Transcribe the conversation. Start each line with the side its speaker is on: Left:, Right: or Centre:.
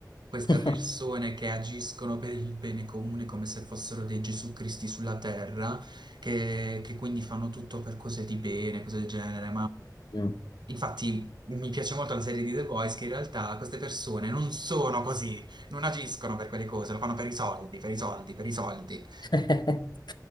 Right: queste
Left: <laughs>
Right: persone che agiscono per il bene comune come se fossero dei Gesù Cristi sulla terra, che, che quindi fanno tutto per cose di bene, cose del genere,
Left: Mm.
Right: Infatti mi piace molto la serie di The Boys che in realtà queste persone non sono così, non agiscono per quelle cose, lo fanno per i soldi, per i soldi, per i soldi.
Left: <laughs>